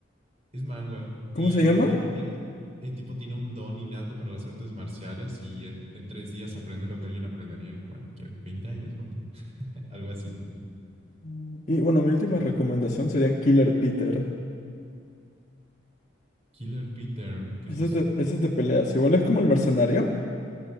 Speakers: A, on the right; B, on the left.
A: Es manga
B: ¿Cómo
A: Y
B: se
A: el
B: llama?
A: tipo tiene, el tipo tiene un don innato para las artes marciales y en, en tres días aprende lo que alguien aprendería en como en ¿qué? 20 años, ponte. <laughs> Algo así.
B: Mm. Y bueno, mi última recomendación sería Killer Peter.
A: Killer Peter, ¿qué
B: Eso
A: es eso?
B: es de, eso es de peleas. Igual es como el mercenario.